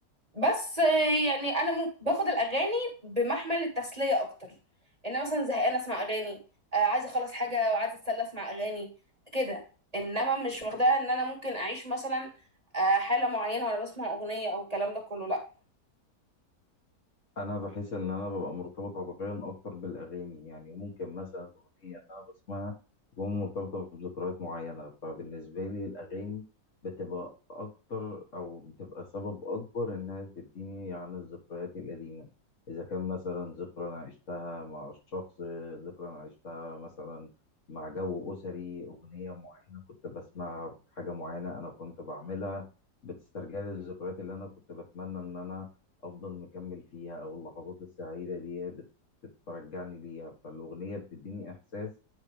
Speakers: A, on the right (about 25°); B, on the left (about 50°).
A: بس آه، يعني انا مم- باخد الاغاني بمحمل التسليه اكتر ان مثلا زهقانه اسمع اغاني آه، عايزه اخلص حاجه وعايزه اتسلى اسمع اغاني كده انما مش واخداها ان انا ممكن اعيش مثلا آه، حاله معينه وانا بسمع اغنيه او الكلام ده كله لا
B: انا بحس ان انا ببقى مرتبط عاطفيا اكتر بالاغاني يعني ممكن مثلا الاغنيه اللي انا بسمعها تكون مرتبطه بذكريات معينه فبالنسبه لي الاغاني بتبقى اكتر او بتبقى سبب اكبر انها تديني عن الذكريات القديمه اذا كان مثلا ذكرى انا عشتها مع الشخص ذكرى انا عشتها مثلا مع جو اسري اغنيه معينه كنت بسمعها بحاجه معينه انا كنت بعملها بتسترجع لي الذكريات اللي انا كنت بتمنى ان انا افضل مكمل فيها او اللحظات السعيده دي بت- بترجعني ليها فالاغنيه بتديني احساس